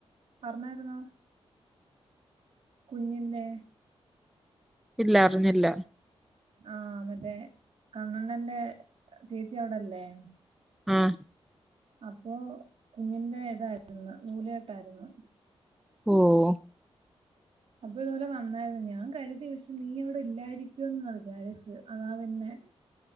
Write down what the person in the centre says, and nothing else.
ഇല്ല അറിഞ്ഞില്ല
ആഹ്
ഓഹ്